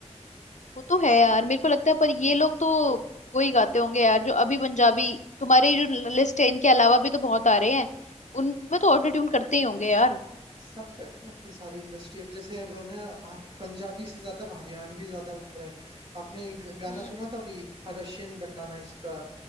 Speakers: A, on the left; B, on the right.
A: वो तो है यार मेरे को लगता है पर ये लोग तो वही गाते होंगे यार जो अभी पंजाबी तुम्हारी जो लिस्ट है इनके अलावा भी तो बहुत आ रहे हैं उनमें तो ऑटो ट्यून करते ही होंगे यार
B: सब करते हैं आजकल सारी इंडस्ट्री अब जैसे अब है ना हर- पंजाबी से ज्यादा अब हरियाणवी ज्यादा उठ रहे हैं आपने एक गाना
A: हम्म
B: सुना था अभी रशियन बंडाना इसका